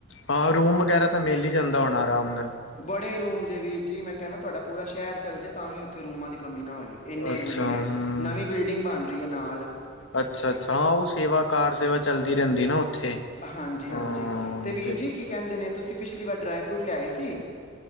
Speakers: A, on the left; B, on the left.
A: ਹਾਂ ਰੂਮ ਵਗੈਰਾ ਤਾਂ ਮਿਲ ਹੀ ਜਾਂਦਾ ਹੋਣਾ ਆਰਾਮ ਨਾਲ
B: ਬੜੇ ਰੂਮ ਜੇ ਵੀਰ ਜੀ ਮੈਂ ਕਹਿੰਣਾ ਤੁਹਾਡਾ ਪੂਰਾ ਸ਼ਹਿਰ ਚੱਲ ਜਾੇ ਤਾਂ ਵੀ ਉੱਥੇ ਰੂਮਾਂ ਦੀ ਕਮੀ ਨਾ ਹੋਵੇ ਇੰਨੇ
A: ਅੱਛਾ
B: ਰੂਮ ਨੇ
A: ਹਮ
B: ਨਵੀਂ ਬਿਲਡਿੰਗ ਬਣ ਰਹੀ ਹੈ ਨਾਲ
A: ਅੱਛਾ ਅੱਛਾ ਹਾਂ ਉਹ ਸੇਵਾ ਕਾਰ ਸੇਵਾ ਚੱਲਦੀ ਰਹਿੰਦੀ ਨਾ ਉੱਥੇ
B: ਹਾਂਜੀ
A: ਹਾਂ
B: ਹਾਂਜੀ ਤੇ ਵੀਰ
A: ਫਿਰ
B: ਜੀ ਕੀ ਕਹਿੰਦੇ ਨੇ ਤੁਸੀਂ ਪਿਛਲੀ ਵਾਰ ਡਰਾਈ ਫਰੂਟ ਲਿਆਏ ਸੀ